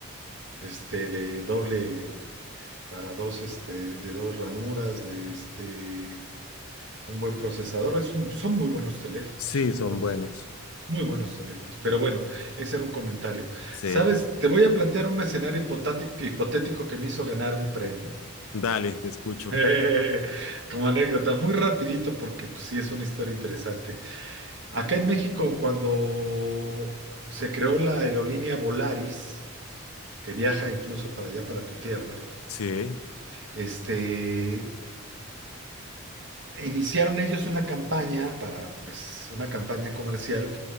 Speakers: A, on the right (about 55°); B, on the left (about 80°).
A: este, de doble, para dos, este, de dos ranuras, de este, Un buen procesador, es un- son muy buenos teléfonos,
B: Sí,
A: son
B: son
A: muy buenos
B: buenos.
A: teléfonos, muy buenos teléfonos. Pero bueno, ese era un comentario.
B: Sí.
A: Sabes, te voy a plantear un escenario hipotáti- hipotético que me hizo ganar un premio.
B: Dale, te escucho.
A: <laughs> Como anécdota, muy rapidito porque pues sí es una historia interesante. Acá en México, cuando se creó la aerolínea Volaris, que viaja incluso para allá, para tu tierra,
B: Sí.
A: este, iniciaron ellos una campaña para, pues, una campaña comercial